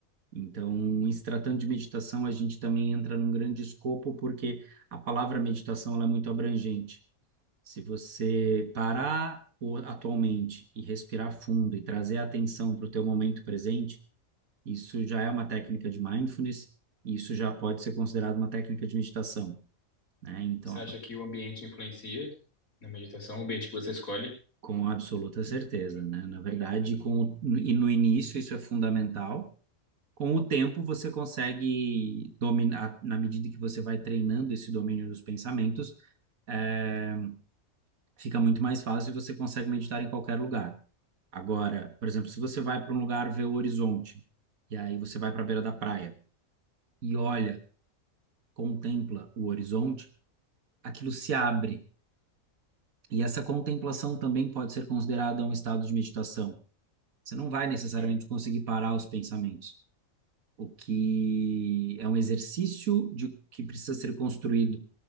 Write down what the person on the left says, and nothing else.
Você acha que o ambiente influencia na meditação, o ambiente que você escolhe?
Sim.